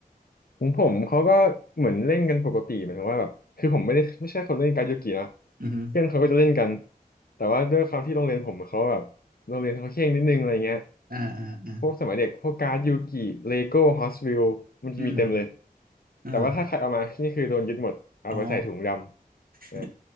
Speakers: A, on the left (about 70°); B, on the right (about 70°).
A: ของผมเขาก็เหมือนเล่นกันปกติเหมือนว่าแบบคือผมไม่ได้ไม่ใช่คนเล่นการ์ดยูกินะ
B: อือฮึ
A: เพื่อนเขาก็จะเล่นกันแต่ว่าด้วยความที่โรงเรียนผมเขาแบบโรงเรียนเขาเคร่งนิดนึงอะไรเงี้ย
B: อ่าอ่าอ่า
A: พวกสมัยเด็กพวกการ์ดยูกิเลโก้ฮอสวิลมันจะมีเต็มเลย
B: อืมอ่า
A: แต่ว่าถ้าใครเอามานี่คือโดนยึดหมดเอาไปใส่ถุงดำอ่า
B: อ๋อ <laughs>